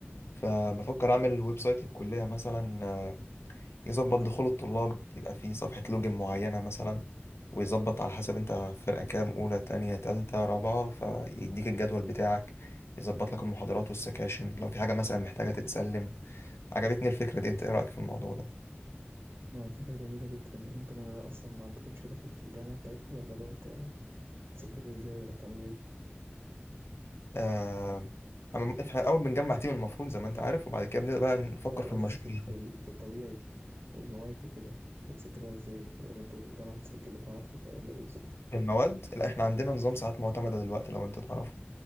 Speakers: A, on the left; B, on the right.
A: فبفكر اعمل ويب سايت للكليه مثلا آه، يظبط دخول الطلاب يبقى فيه صفحه لوجن معينه مثلا ويظبط على حسب انت فرقه كام اولى تانية تالتة رابعه فيديك الجدول بتاعك يظبط لك المحاضرات والسكاشن لو في حاجه مثلا محتاجه تتسلم عجبتني الفكره دي انت ايه رايك في الموضوع ده
B: آه، فكرة جميلة جدا انتوا ما أصلا ما عندكمش كده في ال- في الجامعة بتاعتكم ولا ده انت بتسجلوا ازاي ولا بتعملوا ايه؟
A: آه، أما إحنا أول بنجمع تيم المفروض زي ما أنت عارف وبعد كده بنبدأ بقى نفكر
B: لا أنا
A: في
B: قصدي
A: المشروع
B: في ال... في ال... في الطبيعي المواد وكده بتسجلوها ازاي وكده ولا انتوا الجامعة بتسجلكوا عافية ولا ايه بالظبط؟
A: في المواد لا إحنا عندنا نظام ساعات معتمدة دلوقتي لو أنت تعرفه